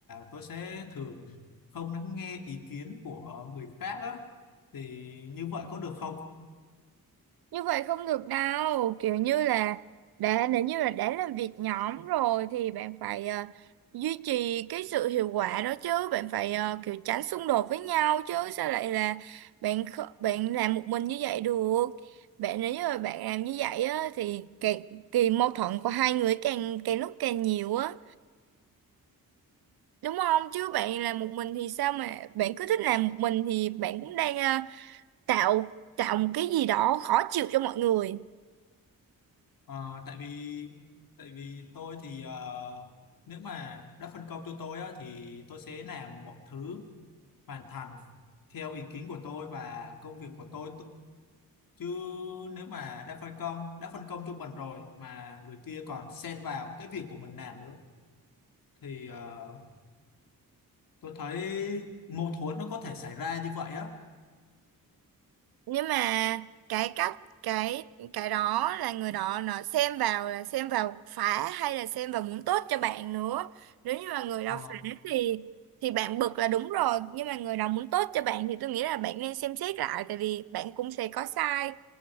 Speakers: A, on the left; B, on the right.
A: tôi sẽ thường không lắng nghe ý kiến của người khác á thì như vậy có được không
B: như vậy không được đâu kiểu như là đã nếu như là đã làm việc nhóm rồi thì bạn phải ờ, duy trì cái sự hiệu quả đó chứ bạn phải ờ, kiểu tránh xung đột với nhau chứ sao lại là bạn kh- bạn làm một mình như vậy được bạn nếu như là bạn làm như vậy á thì càng kỳ mâu thuẫn của hai người càng càng lúc càng nhiều á đúng không chứ bạn làm một mình thì sao mà bạn cứ thích làm một mình thì bạn cũng đang ờ, tạo tạo một cái gì đó khó chịu cho mọi người
A: Ờ, tại vì tại vì tôi thì ờ, nếu mà đã phân công cho tôi á, thì tôi sẽ làm mọi thứ hoàn thành theo ý kiến của tôi và công việc của tôi chứ nếu mà đã phân công đã phân công cho mình rồi mà người kia còn xen vào cái việc của mình làm nữa thì ờ, tôi thấy mâu thuẫn nó có thể xảy ra như vậy á
B: nhưng mà cái cách cái cái đó là người đó nó xem vào là xem vào phá hay là xem vào muốn tốt cho bạn nữa nếu như mà người đó
A: Ờ,
B: phá thì thì bạn bực là đúng rồi nhưng mà người đó muốn tốt cho bạn thì tôi nghĩ là bạn nên xem xét lại tại vì bạn cũng sẽ có sai